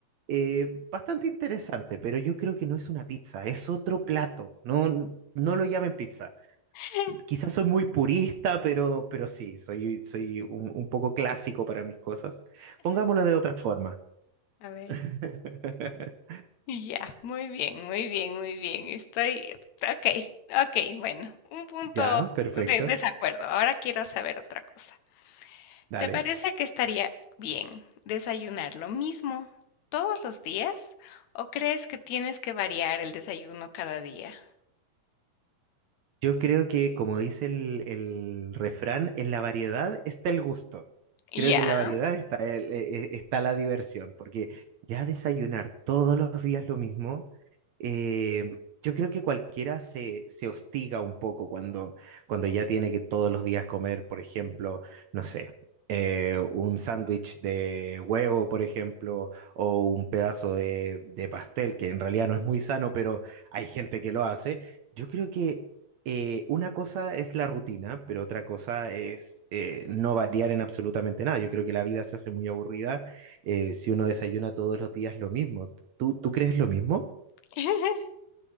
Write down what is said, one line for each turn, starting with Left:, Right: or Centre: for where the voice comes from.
Right: eh, bastante interesante, pero yo creo que no es una pizza, es otro plato. No, no lo llamen pizza.
Left: <laughs>
Right: Quizás soy muy purista, pero, pero sí, soy, soy un, un poco clásico para mis cosas. Pongámoslo de otra forma.
Left: mm. A ver.
Right: <laughs>
Left: Ya, muy bien, muy bien, muy bien. Estoy. Ok, ok, bueno. Un punto
Right: Ya, perfecto.
Left: de desacuerdo. Ahora quiero saber otra cosa.
Right: Dale.
Left: ¿Te parece que estaría bien desayunar lo mismo todos los días o crees que tienes que variar el desayuno cada día?
Right: Yo creo que, como dice el, el refrán, en la variedad está el gusto.
Left: Ya.
Right: Creo que en la variedad está, el- e- e- está la diversión, porque ya desayunar todos los días lo mismo, eh, yo creo que cualquiera se, se hostiga un poco cuando, cuando ya tiene que todos los días comer, por ejemplo, no sé, eh, un sándwich de huevo, por ejemplo, o un pedazo de de pastel, que en realidad no es muy sano, pero hay gente que lo hace. Yo creo que eh, una cosa es la rutina, pero otra cosa es eh, no variar en absolutamente nada. Yo creo que la vida se hace muy aburrida eh, si uno desayuna todos los días lo mismo. ¿Tú, tú crees lo mismo?
Left: <laughs>